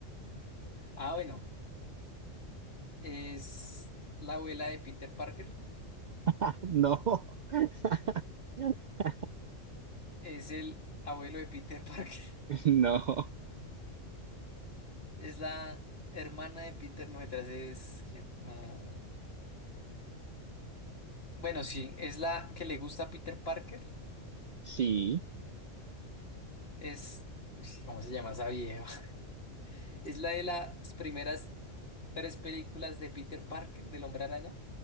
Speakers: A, on the left (about 50°); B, on the right (about 80°).
A: Ah, bueno, es la abuela de Peter Parker.
B: <laughs> no, <laughs>
A: Es el abuelo de Peter <laughs> Parker.
B: no,
A: Es la hermana de Peter, no me es... que, mm, Bueno, sí, es la que le gusta a Peter Parker.
B: sí,
A: Es... uy, sí, ¿Cómo se llama esa vieja? <laughs> Es la de las primeras tres películas de Peter Parker, del Hombre Araña.